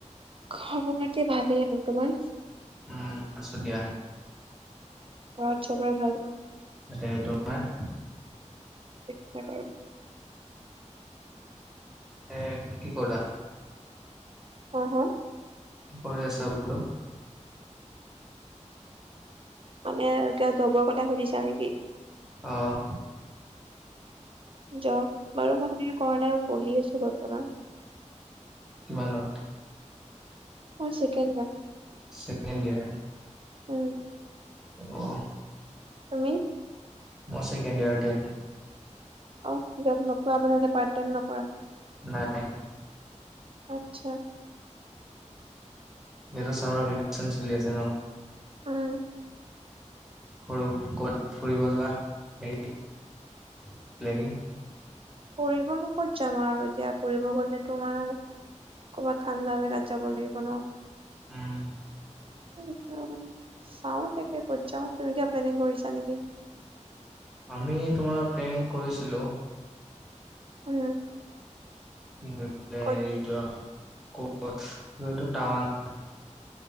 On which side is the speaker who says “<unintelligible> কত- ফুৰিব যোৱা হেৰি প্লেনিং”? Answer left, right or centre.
Centre